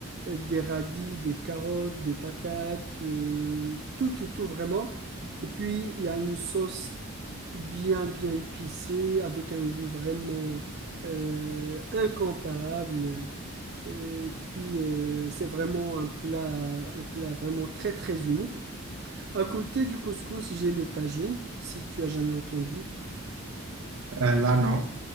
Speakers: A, on the right; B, on the right.
A: euh, des radis, des carottes, des patates, euh, tout, tout, tout vraiment. Et puis il y a une sauce bien, bien épicée, avec un goût vraiment euh, incomparable. Et puis, euh, c'est vraiment un plat, un plat vraiment très, très unique. À côté du couscous, j'ai le tagine, si tu as jamais entendu.
B: Euh, là, non.